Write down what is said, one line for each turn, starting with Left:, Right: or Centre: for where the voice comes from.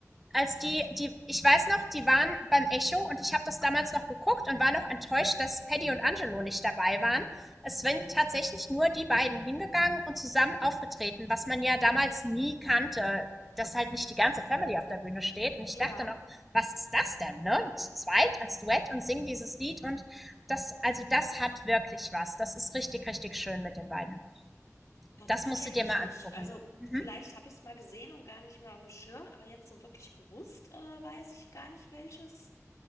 Centre: als die, die, ich weiß noch, die waren beim Echo und ich habe das damals noch geguckt und war noch enttäuscht, dass Paddy und Angelo nicht dabei waren. Es sind tatsächlich nur die beiden hingegangen und zusammen aufgetreten, was man ja damals nie kannte, dass halt nicht die ganze Family auf der Bühne steht. Und ich
Left: ja.
Centre: dachte noch, was ist das denn, ne? Zu zweit als Duett und singen dieses Lied und das, also das hat wirklich was. Das ist richtig, richtig schön mit den beiden.
Left: Boah,
Centre: Das
Left: das
Centre: musst
Left: kenne
Centre: du dir
Left: ich
Centre: mal
Left: nicht.
Centre: angucken.
Left: Also
Centre: Mhm.
Left: vielleicht habe ich es mal gesehen und gar nicht mehr auf dem Schirm, aber jetzt so wirklich bewusst äh, weiß ich gar nicht, welches,